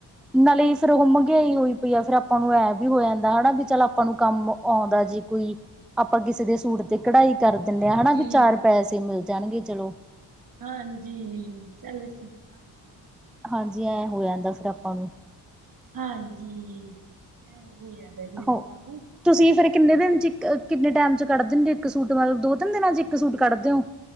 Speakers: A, in the centre; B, on the right (about 50°).
A: ਨਾਲੇ ਫੇਰ ਉਹ ਮਹਿੰਗਈ ਹੋਈ ਪਈ ਆ। ਫੇਰ ਆਪਾਂ ਨੂੰ ਇਹ ਵੀ ਹੋ ਜਾਂਦਾ ਹਣਾ, ਵੀ ਚੱਲ ਆਪਾਂ ਨੂੰ ਕੰਮ ਆਉਂਦਾ ਜੀ ਕੋਈ। ਆਪਾਂ ਕਿਸੇ ਦੇ ਸੂਟ ਤੇ ਕਢਾਈ ਕਰ ਦਿੰਦੇ
B: ਹਾਂਜੀ
A: ਹਾਂ। ਹਨਾ ਵੀ ਚਾਰ ਪੈਸੇ ਮਿਲ ਜਾਣਗੇ ਚਲੋ।
B: ਹਾਂਜੀ ਚੱਲ ਹਾਂਜੀ
A: ਹਾਂਜੀ
B: ਨਹੀਂ ਬਸ।
A: ਐ ਹੋ ਜਾਂਦਾ ਫਿਰ ਆਪਾਂ ਨੂੰ
B: ਹਾਂਜੀ ਐ ਹੋ ਜਾਂਦਾ ਫੇਰ
A: ਹੋ
B: ਆਪਾਂ ਨੂੰ।
A: ਤੁਸੀਂ ਫੇਰ ਕਿੰਨੇ ਦਿਨ ਚ, ਇੱਕ ਕਿੰਨੇ ਟਾਈਮ ਚ ਕੱਢਦੇ ਇੱਕ ਸੂਟ। ਮਤਲਬ ਦੋ- ਤਿੰਨ ਦਿਨਾਂ ਚ ਇੱਕ ਸੂਟ ਕੱਢਦੇ ਹੋ?